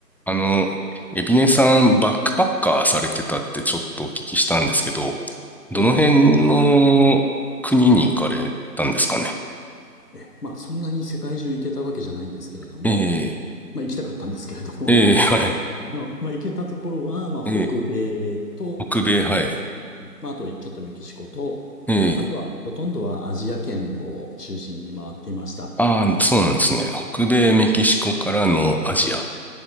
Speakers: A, in the centre; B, on the left.
A: あの、エビネさん、バックパッカーされてたってちょっとお聞きしたんですけど、どの辺の国に行かれたんですかね
B: ええ、ええまあそんなに世界中行けたわけじゃないんですけれども、
A: ええ、
B: まあ行きたかったんですけれども、
A: ええ、はい。
B: <laughs> まあ、まあ行けたところは、まあ北米と、
A: ええ、北米、はい。
B: まああとちょっとメキシコと、
A: ええ、
B: あとはもうほとんどはアジア圏を中心に回っていました。
A: ああ、そうなんですね。北米、
B: ね
A: メキシコからのアジア。